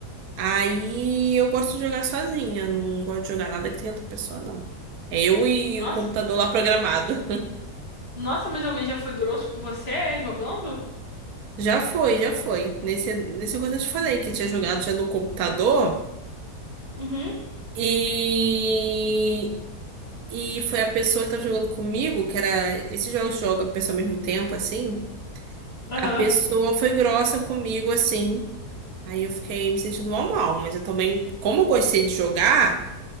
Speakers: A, on the right; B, on the left.
A: Aí eu gosto de jogar sozinha, não gosto de jogar nada que tenha outra pessoa, não. É eu e
B: Nossa,
A: o computador lá programado. <laughs>
B: nossa, mas alguém já foi grosso com você, é, jogando?
A: Já foi, já foi. Nesse, nesse coisa eu te falei que eu tinha jogado já no computador.
B: Uhum,
A: E, e foi a pessoa que tava jogando comigo, que era. Esses jogos joga a pessoa ao mesmo tempo, assim.
B: aham.
A: A pessoa foi grossa comigo, assim. Aí eu fiquei me sentindo mal, mal. Mas eu também, como eu gostei de jogar.